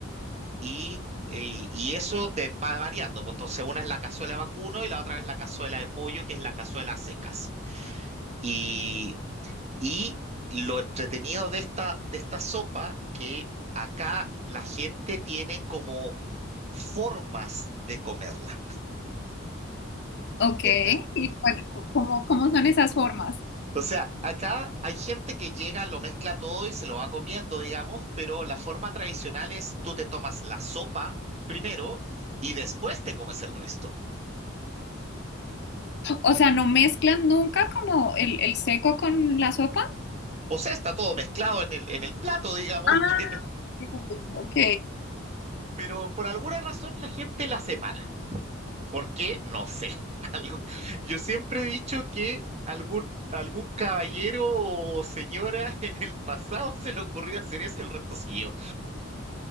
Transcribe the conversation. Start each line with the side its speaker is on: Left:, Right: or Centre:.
Right: Y, y- y eso te va variando. pues, Entonces, una es la cazuela de vacuno y la otra es la cazuela de pollo, que es la cazuela a secas. Y, y lo entretenido de esta, de esta sopa, que acá la gente tiene como formas de comerla.
Left: Ok,
Right: En-
Left: ¿y cuál- cómo, cómo son esas formas?
Right: O sea, acá hay gente que llega, lo mezcla todo y se lo va comiendo, digamos, pero la forma tradicional es tú te tomas la sopa primero y después te comes el resto.
Left: O sea, ¿no mezclan nunca como el, el seco con la sopa?
Right: O sea, está todo mezclado en el, en el plato, digamos,
Left: Ah,
Right: <laughs> pero,
Left: ok.
Right: pero por alguna razón la gente la separa. ¿Por qué? No sé. <laughs> Algo- Yo siempre he dicho que algún, algún caballero o señora <laughs> en el pasado se le ocurrió hacer eso y el resto siguió.